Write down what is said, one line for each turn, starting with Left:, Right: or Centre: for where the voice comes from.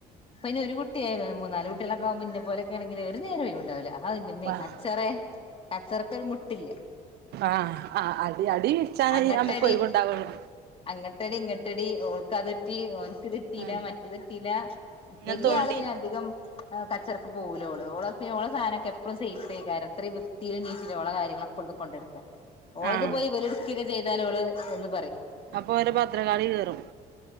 Left: പിന്നെ ഒരു കുട്ടിയാല മൂന്നാലല് കുട്ടികളക്കെക്പ മുന്നെ പോലൊെ ആണെങ്കിൽ ഒരു നേരേ ഉണ്ടാവില്ല അന്നമ്മേ
Right: ആഹ്
Left: കച്ചറ കച്ചറക്കൊരു മുട്ടില്ല
Right: ആഹ് ആഹ് അടി അടി പിരിച്ചാനേ
Left: അങ്ങട്ടടി
Right: നമുക്ക് ഒഴിവുണ്ടാവുള്ളു
Left: അങ്ങട്ടടി ഇങ്ങട്ട് ഒട്ടടി ൾക്കത് തെറ്റി ഓനക്ക് തെറ്റിയില്ല
Right: ഉം
Left: മറ്റു തെറ്റില്ല
Right: പിന്നെ
Left: വലിയ
Right: തോണ്ടി
Left: ആളവിന് അധികം കച്ചറക്ക് പൊവിലോള് ഓള് ഓൾടെ സാധനൊക്കെ എപ്പോഴു സേഫ് ആയ കാര് അത്ര വൃത്തിലും നീറ്റിലള കയങ്ങളക്കെ ഉള്ള കൊണ്ട് നടക്ക ഓളത്
Right: ആഹ്
Left: പോയി വെലു എടുക്കുകൊക്കെ ചെയ്താലൽ അവഓള് എന്ന് പറയും
Right: അപ്പൊ ഓരെ
Left: ഉം
Right: ഭദ്രകാളി കേറും